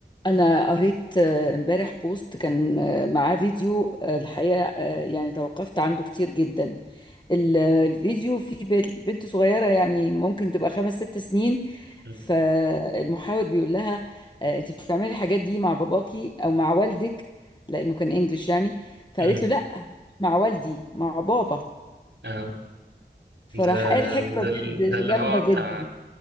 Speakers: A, on the left; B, on the right.
A: أنا قريت آه، امبارح بوست كان آه، معاه فيديو آه، الحقيقة آه، يعني توقفت عنده كتير جدا ال- آه، الفيديو فيه بنت بنت صغيرة يعني ممكن تبقى خمس ست سنين
B: مم.
A: فالمحاور بيقول لها آه، أنت بتعملي الحاجات دي مع باباكي أو مع والدك لأنه كان إنجليش يعني فقالت
B: مم.
A: له لأ مع والدي مع بابا
B: اه
A: فراح
B: ده
A: قال حكمة
B: ده ال-
A: بجد
B: ده اللي
A: جامدة
B: هو بتاع
A: جدا